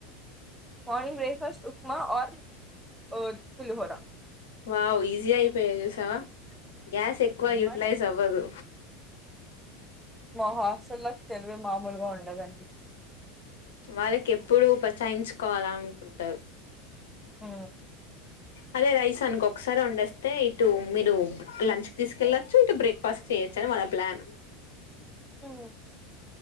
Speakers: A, in the centre; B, on the left.
A: మార్నింగ్ బ్రేక్ఫాస్ట్ ఉప్మా ఆర్ ఒ పులిహోర
B: వావ్ ఈజీ అయిపోయా చూసావా గ్యాస్ ఎక్కువ యూటిలైజ్
A: మరి
B: అవ్వదు
A: మా హాస్టళ్లకి తెలివి మామూలుగా ఉండదండి
B: వాళ్ళకి ఎప్పుడు బచాయించుకోవాల అనుకుంటారు
A: ఉ
B: అదే రైస్ అనుకో ఒకసారి వొండేస్తే ఇటు మీరు లంచ్ కి తీసుకెళ్ళచ్చు అటు బ్రేక్ఫాస్ట్ చేయచ్చని వాళ్ళ ప్లాన్
A: ఉ